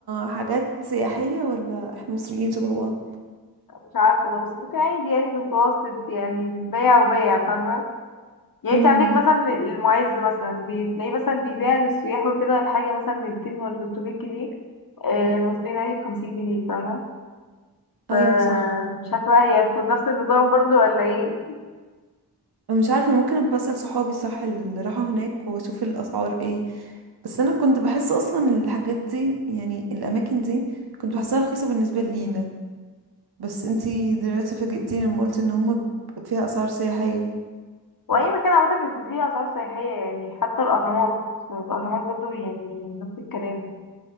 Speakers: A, on the right; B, on the left.
A: حاجات سياحية ولا احنا مصريين شبه بعض
B: مش عارفة والله بس ممكن عادي يعني في المتوسط يعني بيع وبيع فاهمة يعني
A: امم
B: انت عندك مثلا المعز مثلا بتلاقيه مثلا بيبيع للسياح وكده الحاجة مثلا من 200 ولا 300 جنيه آه، المصريين عادي بخمسين جنيه فاهمة ف
A: ايوه صح
B: مش عارفة بقى هي هتكون نفس النظام برضو ولا ايه
A: مش عارفة ممكن ابقى اسأل صحابي صح اللي راحوا هناك واشوف الاسعار ايه بس انا كنت بحس اصلا الحاجات دي يعني الاماكن دي كنت بحسها رخيصة بالنسبة لينا بس انتي دلوقتي فاجئتيني لما قلت ان هم فيها اسعار سياحية
B: وأي مكان عامة بيكون فيه أسعار سياحية يعني حتى الأهرامات الأهرامات برضو يعني نفس الكلام